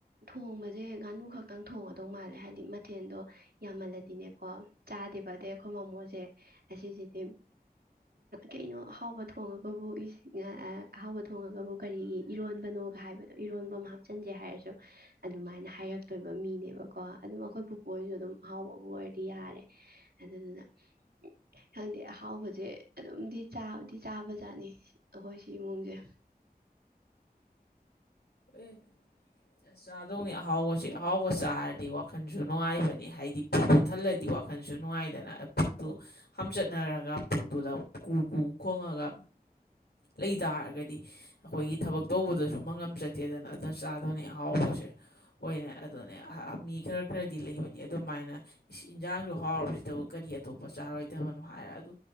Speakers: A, on the right (about 70°); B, on the left (about 90°).
A: ꯊꯣꯡꯕꯁꯦ ꯉꯥꯅꯨ ꯈꯛꯇꯪ ꯊꯣꯡꯉꯗꯧ ꯃꯥꯜꯂꯦ ꯍꯥꯏꯕꯗꯤ ꯃꯊꯦꯜꯗꯣ ꯌꯥꯝꯃꯜꯂꯗꯤꯅꯦꯀꯣ ꯆꯥꯗꯦꯕ ꯑꯗꯩ ꯑꯩꯈꯣꯏ ꯃꯃꯣꯁꯦ ꯑꯁꯤꯁꯤꯗꯤ ꯀꯩꯅꯣ ꯑꯍꯥꯎꯕ ꯊꯣꯡꯉꯒꯕꯨ ꯑꯍꯥꯎꯕ ꯊꯣꯡꯉꯒꯕꯨ ꯀꯔꯤꯒꯤ ꯏꯔꯣꯟꯕꯅꯣꯒ ꯍꯥꯏꯕꯗꯣ ꯏꯔꯣꯟꯕ ꯑꯃ ꯍꯥꯞꯆꯤꯟꯁꯦ ꯍꯥꯏꯔꯁꯨ ꯑꯗꯨꯃꯥꯏꯅ ꯍꯥꯏꯔꯛꯇꯣꯏꯕ ꯃꯤꯅꯦꯕꯀꯣ ꯑꯗꯨꯝ ꯑꯩꯈꯣꯏ ꯄꯨꯄꯨꯔꯁꯨ ꯑꯗꯨꯝ ꯑꯍꯥꯎꯕꯕꯨ ꯑꯣꯏꯔꯗꯤ ꯌꯥꯔꯦ ꯑꯗꯨꯗꯨꯅ ꯎ ꯈꯪꯗꯦ ꯑꯍꯥꯎꯕꯁꯦ ꯑꯗꯨꯝꯗꯤ ꯆꯥꯗꯤ ꯆꯥꯕꯖꯥꯠꯅꯤ ꯑꯩꯈꯣꯏ ꯁꯤ ꯏꯃꯨꯡꯁꯦ
B: ꯑꯦ ꯑꯁ ꯆꯥꯗꯧꯅꯤ ꯑꯍꯥꯎꯕꯁꯤ ꯑꯍꯥꯎꯕ ꯆꯥꯔꯗꯤ ꯋꯥꯈꯜꯁꯨ ꯅꯨꯡꯉꯥꯏꯕꯅꯤ ꯍꯥꯏꯗꯤ ꯄꯨꯛꯇꯨ ꯊꯜꯂꯗꯤ ꯋꯥꯈꯜꯁꯨ ꯅꯨꯡꯉꯥꯏꯗꯅ ꯄꯨꯛꯇꯨ ꯍꯥꯝꯆꯠꯅꯔꯒ ꯄꯨꯛꯇꯨꯗ ꯀꯨ ꯀꯨ ꯈꯣꯡꯉꯒ ꯂꯩꯇꯥꯔꯒꯗꯤ ꯑꯩꯈꯣꯏꯒꯤ ꯊꯕꯛ ꯇꯧꯕꯗꯁꯨ ꯃꯪꯉꯝ ꯆꯠ ꯂꯩꯇꯦꯗꯅ ꯑꯗꯨꯝ ꯆꯥꯗꯕꯅꯤ ꯑꯍꯥꯎꯕꯁꯦ ꯑꯣꯏꯅ ꯑꯗꯨꯅꯦ ꯃꯤ ꯈꯔ ꯈꯔꯗꯤ ꯂꯩꯕꯅꯤ ꯑꯗꯨꯃꯥꯏꯅ ꯏꯟꯁꯥꯡꯁꯨ ꯍꯥꯎꯔꯨꯁꯤꯗꯕꯨ ꯀꯔꯤ ꯑꯇꯣꯞꯄ ꯆꯥꯔꯣꯏꯗꯕꯅꯣ ꯍꯥꯏꯔ ꯑꯗꯨ